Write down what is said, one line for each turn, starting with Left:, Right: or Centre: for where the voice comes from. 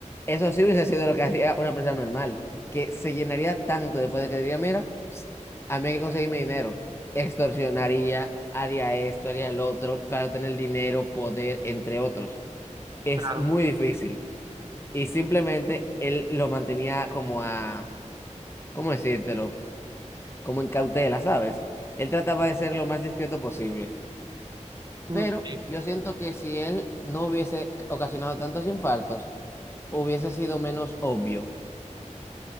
Left: eso sí hubiese sido lo que hacía una persona normal, que se llenaría tanto después de poder que diría, mira, ps, a mí hay que conseguirme dinero. Extorsionaría, haría esto, haría lo otro, para obtener dinero, poder, entre otros. Es
Right: claro.
Left: muy difícil. Y simplemente él lo mantenía como a, ¿cómo decírtelo? como en cautela, ¿sabes? Él trataba de ser lo más discreto posible,
Right: Mm,
Left: pero
Right: sí.
Left: yo siento que si él no hubiese ocasionado tantos infartos, hubiese sido menos obvio.